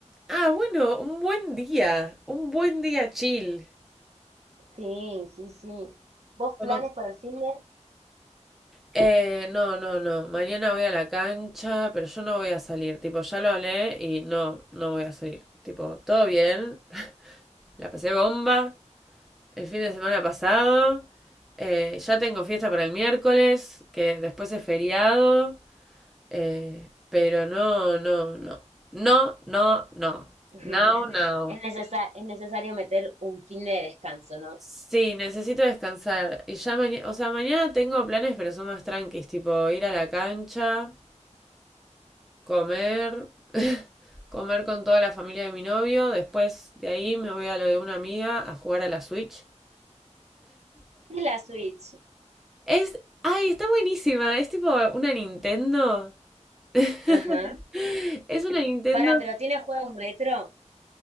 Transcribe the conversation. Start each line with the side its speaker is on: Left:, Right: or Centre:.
Centre: Ah, bueno, un buen día, un buen día chill.
Right: Sí, sí, sí. ¿Vos
Centre: Como-
Right: planes para el fin de?
Centre: Eh, no, no, no, mañana voy a la cancha, pero yo no voy a salir, tipo, ya lo hablé y no, no voy a salir. Tipo, todo bien, <laughs> la pasé bomba. el fin de semana pasado. Eh, ya tengo fiesta para el miércoles, que después es feriado. eh, pero no, no, no. No, no, no.
Right: <laughs>
Centre: Now, now.
Right: Es necesa- es necesario meter un fin de descanso, ¿no?
Centre: Sí, necesito descansar. Y ya mañana, o sea, mañana tengo planes, pero son más tranquis, tipo ir a la cancha, comer, <laughs> comer con toda la familia de mi novio. Después de ahí me voy a lo de una amiga a jugar a la Switch.
Right: Es la Switch.
Centre: Es, ay, está buenísima. Es tipo una Nintendo. <laughs>
Right: Ajá.
Centre: Es una Nintendo.
Right: Para, pero tiene juegos retro.